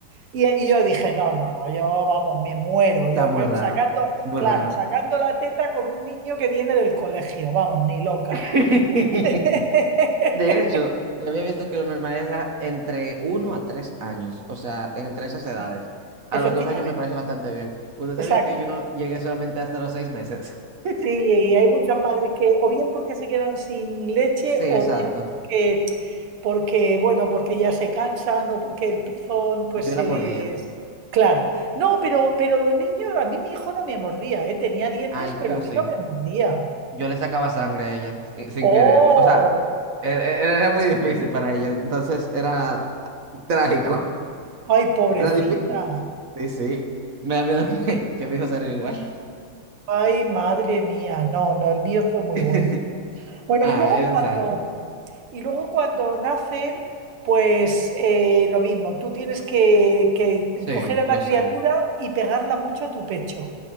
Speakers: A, on the right; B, on the right.
A: Y, y yo dije, no, no, no, yo vamos, me muero.
B: está
A: Yo
B: muy
A: que
B: raro,
A: sacando,
B: muy
A: claro,
B: raro.
A: sacando la teta con un niño que viene del colegio, vamos, ni loca.
B: <laughs>
A: <laughs>
B: De hecho, yo había visto que lo normal era entre uno a 3 años, o sea, entre esas edades.
A: Sí, efectivamente,
B: A los 2 años me parece bastante bien. ¿Usted
A: exacto.
B: sabía que yo llegué solamente hasta los seis meses? <laughs>
A: Sí, y hay muchas madres que o bien porque se quedan sin leche
B: Sí,
A: o
B: exacto.
A: bien porque, porque bueno, porque ya se cansan o porque el pezón pues
B: Yo
A: se
B: la mordía.
A: les... Claro, no, pero, pero los niños, a mí mi hijo no me mordía, ¿eh? Tenía dientes,
B: Ay,
A: pero
B: yo
A: a mí
B: sí.
A: no me mordía.
B: Yo le sacaba sangre a ella, si- sin
A: ¡Oh!
B: quererlo. O sea, er- er- era muy difícil para ella, entonces era trágico.
A: ¡Ay,
B: <laughs>
A: pobrecita!
B: Era difícil. Sí, sí. Me da miedo <laughs> que, que mi hijo salga igual.
A: ¡Ay, madre mía! No, no, el mío fue muy
B: <laughs>
A: bueno. Bueno,
B: Ah,
A: y luego
B: es
A: cuando...
B: un santo.
A: Y luego cuando nacen, pues eh, lo mismo, tú tienes que, que
B: Sí,
A: coger a
B: lo
A: la criatura
B: sé.
A: y pegarla mucho a tu pecho,